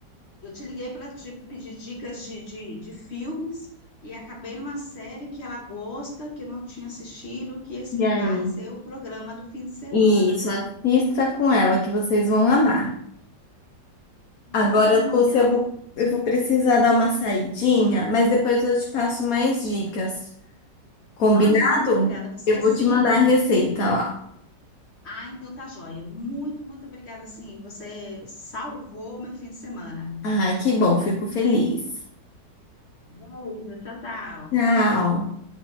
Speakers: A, on the left (about 35°); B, on the left (about 55°).
A: eu te liguei para te pedir dicas de, de, de filmes e acabei numa série que ela gosta, que eu não tinha assistido, que, assim,
B: E aí?
A: vai ser o programa do fim de semana.
B: Isso, assista com ela que vocês vão amar.
A: Ai,
B: Agora,
A: que legal!
B: Lúcia, eu vou, eu vou precisar dar uma saidinha, mas depois eu te passo mais dicas. Combinado?
A: Ai, muito obrigada. Você,
B: Eu
A: assim...
B: vou te mandar a receita lá.
A: Ah, então tá joia. Muito, muito obrigada, sim. Você salvou meu fim de semana.
B: Ai, que bom, fico feliz.
A: Beijo, tchau, tchau.
B: Tchau.